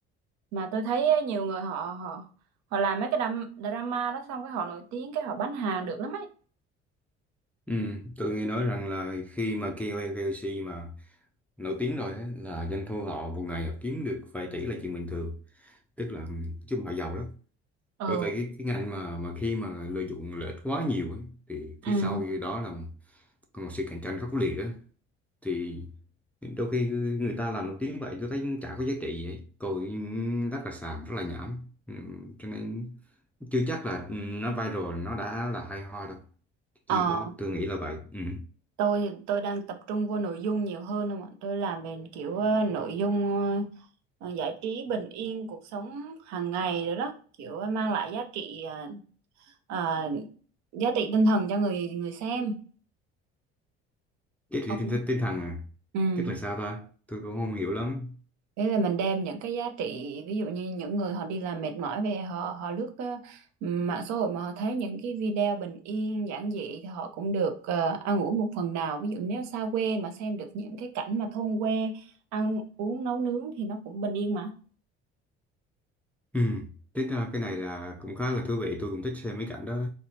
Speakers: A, on the right; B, in the centre.
A: mà tôi thấy á, nhiều người họ họ họ làm mấy cái đam, drama đó xong cái họ nổi tiếng cái họ bán hàng được lắm ấy
B: ừ tôi nghe nói rằng là khi mà KOL KOC mà nổi tiếng rồi ấy, là doanh thu họ một ngày họ kiếm được vài tỷ là chuyện bình thường tức là chung họ giàu lắm
A: ừ
B: bởi vậy cái, cái ngành mà mà khi mà lợi dụng lợi ích quá nhiều ấy, thì
A: ừ
B: phía sau đó là một sự cạnh tranh khốc liệt đó thì đôi khi người ta làm nổi tiếng vậy tôi thấy chả có giá trị gì hết coi rất là xàm rất là nhảm Ừm, cho nên chưa chắc là nó viral nó đã là hay ho đâu chưa
A: ờ
B: có tôi nghĩ là vậy ừ.
A: tôi thì tôi đang tập trung vô nội dung nhiều hơn không ạ tôi làm về kiểu ờ, nội dung ờ, ờ, giải trí bình yên cuộc sống hàng ngày rồi đó kiểu ờ, mang lại giá trị ờ, ờ, giá trị tinh thần cho người người xem
B: cái thì
A: ông
B: tinh, tinh thần à
A: ừ
B: tức là sao ta tôi cũng không hiểu lắm
A: Thế là mình đem những cái giá trị ví dụ như những người họ đi làm mệt mỏi về họ họ lướt ờ, mạng xã hội mà họ thấy những cái video bình yên giản dị thì họ cũng được uh, ăn uống một phần nào ví dụ nếu xa quê mà xem được những cái cảnh mà thôn quê ăn uống nấu nướng thì nó cũng bình yên mà
B: ừ. thế ra cái này là cũng khá là thú vị tôi cũng thích xem mấy cảnh đó